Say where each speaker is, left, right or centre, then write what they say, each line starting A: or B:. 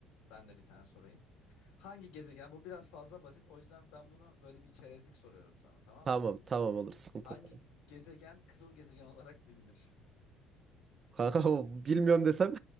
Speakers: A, on the left; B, on the right.
A: ben de bir tane sorayım. Hangi gezegen? Bu biraz fazla basit. O yüzden ben bunu böyle bir çerezlik soruyorum sana, tamam
B: Tamam
A: mı?
B: tamam olur sıkıntı
A: Hangi
B: yok.
A: gezegen kızıl gezegen olarak bilinir?
B: Kanka bu bilmiyorum desem